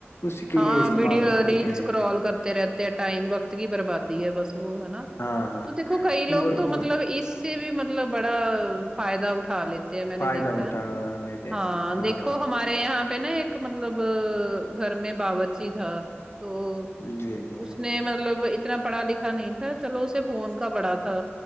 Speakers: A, on the left; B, on the right.
A: اس کے
B: ہاں
A: لیے استعمال
B: وڈیو
A: ہوتے
B: ریلس
A: ہیں
B: کرال کر تے رہتے ٹائم وقت کی بربادی ہے بس وہ ہےا
A: ہاں ہاں
B: تو دیکھو کئی لوگ
A: وہ
B: تو مطلب
A: وہ
B: اس سے بھی مطلب بڑا فائدہ اٹھا لیتے ہیں میں نے
A: فائدہ
B: دیکھا
A: اٹھا
B: ہے نا
A: لیتے
B: ہاں
A: ہیں
B: دیکھو
A: ہاں
B: ہمارے میرے یہاں پہ نا ایک مطلب گھر میں باورچی تھا تو
A: جی جی
B: اس نے مطلب اتنا پڑھا لکھا نہیں تھا چلو اسے فون کا بڑا تھا